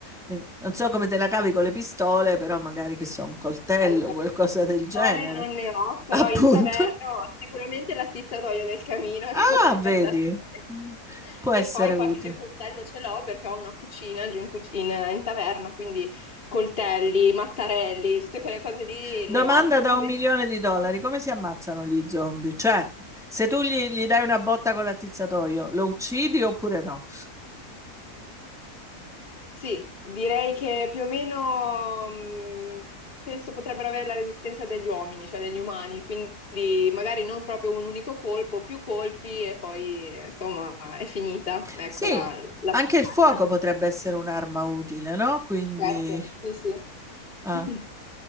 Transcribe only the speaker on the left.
Allora,
pistole
non ne ho,
però
in taverna ho sicuramente l'attizzatoio del camino
che <laughs> potrebbe
andare bene.
E
poi
qualche coltello ce l'ho perché ho una cucina giù in, cuc- in- in taverna, quindi coltelli, mattarelli, tutte quelle cose lì
ne ho. Tu
invece?
Sì, direi che più o meno mh, penso potrebbero avere la resistenza degli uomini, cioè degli umani, quindi magari non proprio un unico colpo, più colpi e poi eh, insomma è finita, ecco
la, la
battaglia.
Certo, sì, sì.
<clears throat>